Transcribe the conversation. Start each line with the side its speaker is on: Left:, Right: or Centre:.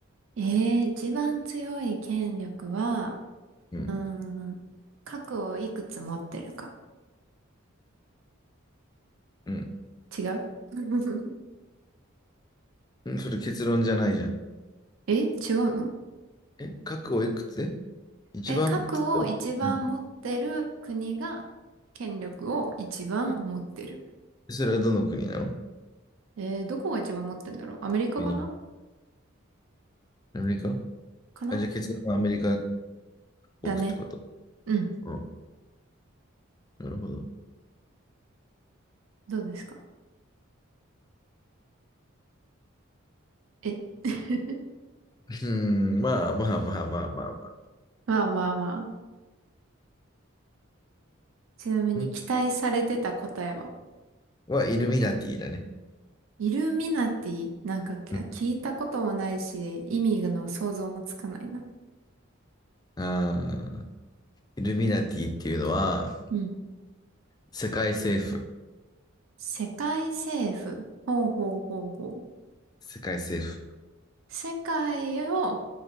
Right: ええー一番強い権力は、
Left: うん、
Right: うーん、核をいくつ持ってるか。
Left: うん。
Right: 違う <laughs>
Left: うんそれ結論じゃないじゃん。
Right: え、違うの
Left: え、核をいくつえ一番、
Right: え、核を一番持ってる国が権力を一番持ってる。
Left: うんそれはどの国なの
Right: えーどこが一番持ってんだろうアメリカかな
Left: ユニアメリカ
Right: かな
Left: あ、じゃあ結論はアメリカを
Right: だね。
Left: 置くってこと。
Right: うん。
Left: うん、なるほど。う
Right: どうですかえ <laughs>
Left: ん、まあまあまあまあまあまあ。
Right: まあまあまあ。ちなみに期待されてた答えは
Left: うんはイルミナティだね。
Right: イルミナティ、なんか聞いたこともないし、
Left: うん
Right: 意味の想像もつかないな。
Left: あーイルミナティっていうのは、
Right: うん。
Left: 世界政府。
Right: 世界政府。ほうほうほうほう。
Left: 世界政府。
Right: 世界を